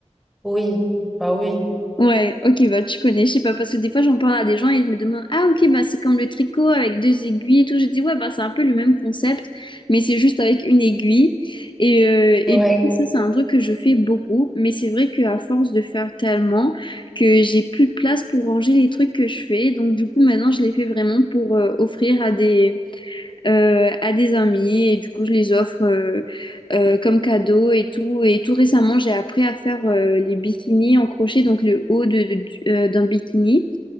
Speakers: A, in the centre; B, on the left.
A: Oui, bah oui,
B: Ouais, ok, bah tu connais, je sais pas, parce que des fois j'en parle à des gens et ils me demandent, ah ok, bah c'est comme le tricot avec deux aiguilles et tout. Je dis, ouais, bah c'est un peu le même concept, mais c'est juste avec une aiguille. Et, euh,
A: ouais.
B: et du coup, ça, c'est un truc que je fais beaucoup, mais c'est vrai qu'à force de faire tellement que j'ai plus de place pour ranger les trucs que je fais. Donc du coup, maintenant, je les fais vraiment pour euh, offrir à des euh, à des amis et du coup je les offre euh, euh, comme cadeau et tout. Et tout récemment j'ai appris à faire euh, les bikinis en crochet, donc le haut de, de- du- euh, d'un bikini.